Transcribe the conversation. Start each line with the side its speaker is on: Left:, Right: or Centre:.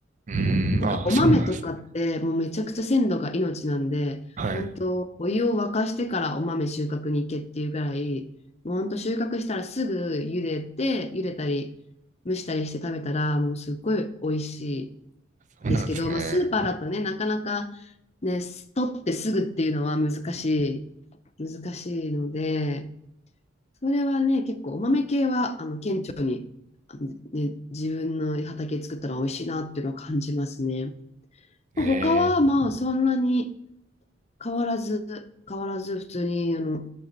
Right: ーん、
Left: なんかお豆とかってもうめちゃくちゃ鮮度が命なんで、
Right: あ、そうなんですね。はい。
Left: 本当お湯を沸かしてからお豆収穫に行けっていうぐらい、もう本当収穫したらすぐ茹でて、茹でたり蒸したりして食べたらもうすっごい美味し
Right: そうなんですね。
Left: いですけど、まあ、スーパーだとね、なかなかね、取ってすぐっていうのは難しい、難しいので、それはね、結構お豆系は、あの、顕著、ね、自分の畑作ったら美味しいなっていうのは感じますね。
Right: ええ、
Left: 他はまあそんなに変わらず、変わらず普通に、あの、